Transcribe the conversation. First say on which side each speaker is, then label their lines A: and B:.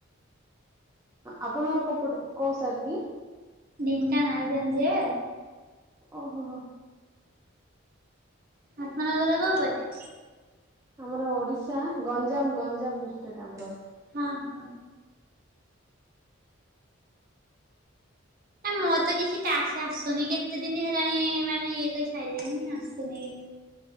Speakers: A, on the right; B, on the right.
A: ଆପଣୋର କଉପ କୋସଡ କି?
B: ଢେଙ୍କାନାଳ ଜାଣିଜ?
A: ଓହୋ ହୋ।
B: ଆସମାନ ଗର କ ହତେ?
A: ଆମର ଓଡିଶା ଗଞ୍ଜାମ ଗଞ୍ଜାମ ଡିଷ୍ଟ୍ରିକ୍ଟ ଆମର।
B: ହଁ ହଁ। ଆ ମୋର ତ କିଛି ଟାସ ଆସୁନି କେତେ ଦିନ ହେଲାଣି ମାନେ ଇଏ କହି ସାରିଲାଣି ଆସୁନି।